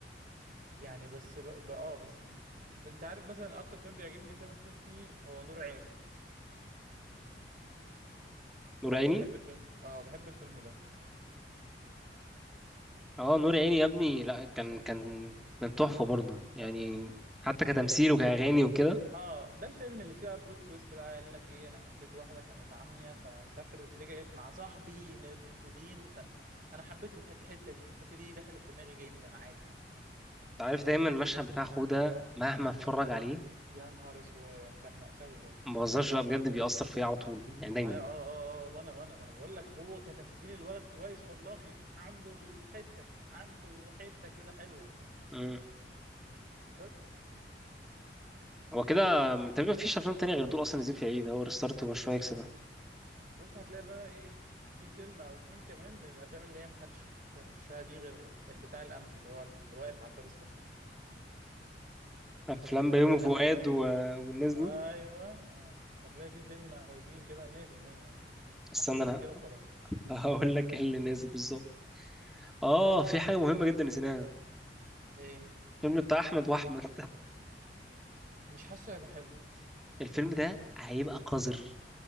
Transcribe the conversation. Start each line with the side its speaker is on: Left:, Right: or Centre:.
Right: يعني بس بقى, بقى اه بس م- انت عارف مثلا اكتر فيلم بيعجبني تامر حسني هو نور عيني
Centre: نور عيني
Right: بحب الفيلم اه بحب الفيلم ده
Centre: اه نور عيني يا ابني لا كان كان كان تحفه برضه يعني حتى كتمثيل وكاغاني وكده انت
Right: اه ده الفيلم اللي فيه بلوت تويست بقى قال لك ايه انا حبيت واحده كانت عمية فسافرت رجعت مع صاحبي متخطوبين فانا حبيت الحته الحتة دي الحته دي دخلت دماغي جدا عادي
Centre: عارف دايما المشهد بتاع خو ده مهما اتفرج عليه
Right: يا نهار اسود كان مأساوي برضه
Centre: ما بهزرش لا بجد بيأثر فيا على طول يعني دايما
Right: اه اه اه آه، آه، وانا وانا ما انا بقول لك هو كتمثيل الولد كويس والله عنده الحته عنده حته كده حلوه
Centre: مم.
Right: بس
Centre: هو كده تقريبا مفيش افلام تانية غير دول اصلا نازلين في العيد هو ريستارت ومشروع اكس ده
Right: بص هتلاقي بقى ايه في فيلم او اتنين كمان من الافلام اللي هي محدش هيخشها دي غير البتاع الامن اللي هو اللي واقف على الباب السينما
Centre: افلام
Right: بس
Centre: بيومي
Right: ده
Centre: فؤاد
Right: اللي هيشوفه
Centre: و... والناس
Right: ايوه
Centre: دي
Right: اه هتلاقي في فيلم او اتنين كده 100% يعني
Centre: استنى
Right: محطوطين
Centre: انا
Right: كده وخلاص
Centre: هقول لك ايه اللي نازل بالظبط اه في حاجة مهمة جدا نسيناها
Right: ايه
Centre: الفيلم بتاع أحمد وأحمد
Right: مش حاسه هيبقى حلو
Centre: <laughs> الفيلم ده هيبقى قذر